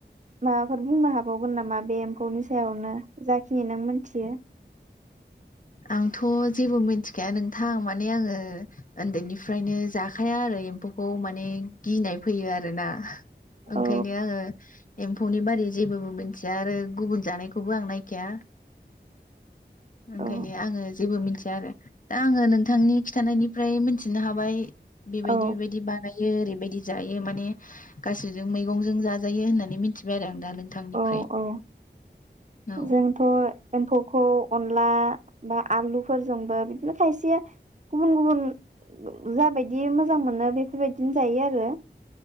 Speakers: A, on the right (about 40°); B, on the left (about 45°).
A: माबाफोर बुंनो हाबावगोन नामा? बे एम्फौनि सायावनो। जाखिनि नोंमोन ख्रिया
B: आंथ' जेबो मिथिखाया नोंथां माने आङो उन्दैनिफ्रायनो जाखाया आरो एम्फौखौ माने गिनाय फैयो आरोना ओंखायनो
A: औ
B: आङो एम्फौनि बा जेबो मिथिया आरो गुबुन जानायखौबो आं नायखाया ओंखायनो
A: औ
B: आङो जेबो मिथि या आरो दा आङो नोंथांनि खिन्थानायनिफ्राय मि थिनो हाबाय बेबायदि
A: औ
B: बेबायदि बानायो ओरै बायदि जायो माने गासिजों मैगंजों जाजायो होननानै मिथिबाय आरो आं दा नोंथांनिफ्राय
A: औ औ
B: औ
A: जोंथ' एम्फौखौ अनला बा आलुफोरजोंबो बिदिनो खायसेया गुबुन गुबुन जाबायदि मोजां मोनो बेफोरबायदिनो जायो आरो।